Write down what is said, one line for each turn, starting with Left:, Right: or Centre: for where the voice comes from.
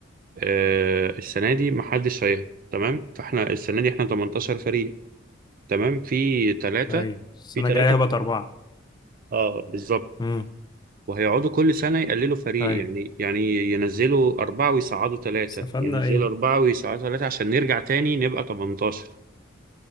Right: آه السنة دي محدش هيهبط تمام فاحنا السنة دي احنا 18 فريق تمام في ثلاثة
Left: اي السنه
Right: في ثلاثة
Left: الجايه هبقى اربعه
Right: اه بالظبط
Left: امم
Right: وهيقعدوا كل سنة يقللوا فريق
Left: اي
Right: يعني يعني ينزلوا أربعة ويصعدوا ثلاثة
Left: استفدنا
Right: ينزلوا
Left: ايه
Right: أربعة ويصعدوا ثلاثة عشان نرجع تاني نبقى 18